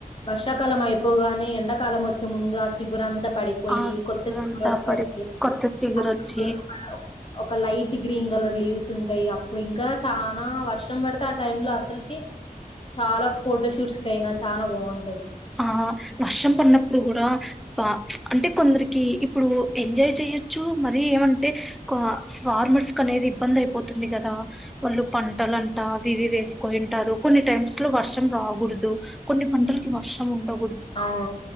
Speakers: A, on the left (about 35°); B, in the centre.
A: వర్షాకాలం అయిపోగానే ఎండకాలం వచ్చే ముందు ఆ చిగురంతా పడిపోయి
B: ఆ
A: కొత్త
B: చిగురంతా
A: చిగురు వస్తాయి
B: పడి కొత్త చిగురొచ్చి
A: <inaudible> ఒక లైట్ గ్రీన్ గల లీవ్స్ ఉంటాయి అప్పుడు ఇంకా చానా వర్షం పడితే ఆ టైమ్ లో అసలకె చాలా ఫోటో షూట్స్కైన చానా బాగుంటది
B: ఆ వర్షం పడినప్పుడు కూడా ఆ అంటే కొందరికి ఇప్పుడు ఎంజాయ్ చెయొచ్చు మరి ఏమంటే ఫార్మర్స్ కి అనేది ఇబ్బంది అయిపోతుంది కదా వాళ్ళు పంటలాంట అవి ఇవివి వేసుకోయింటారు కొన్ని టైమ్స్ లో వర్షం రాకూడదు కొన్ని పంటలకి వర్షం <unintelligible> ఉండవు
A: అవు